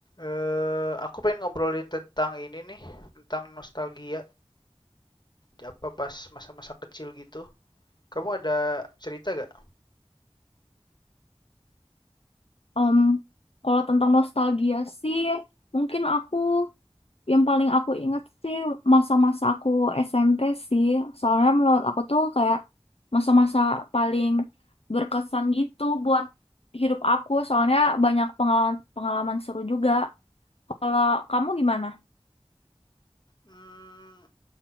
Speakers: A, on the left; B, on the left.
A: Eh, aku pengen ngobrolin tentang ini nih, tentang nostalgia, apa pas masa-masa kecil gitu. Kamu ada cerita gak?
B: Em, kalau tentang nostalgia sih, mungkin aku yang paling aku ingat sih masa-masa aku SMP sih. Soalnya menurut aku tuh kayak masa-masa paling berkesan gitu buat hidup aku. Soalnya banyak pengalaman-pengalaman seru juga. Kalau kamu gimana?
A: Hmm,